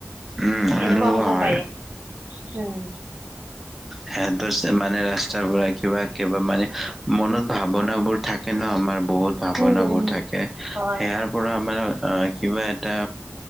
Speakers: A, in the centre; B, on the right.
A: উম, সেনেকুৱা
B: এনেকুৱা হ'বও
A: হয়
B: পাৰে। উম'
A: সিহতৰ মানে ৰাস্তাৰ পৰা কিবা কিবা মানে মনত ভাৱনা বোৰ থাকে ন আমাৰ বহুত-
B: উম
A: ভাৱনাবোৰ
B: উম।
A: থাকে
B: হয়।
A: সেয়া- পৰা আমাৰ অঁ কিবা এটা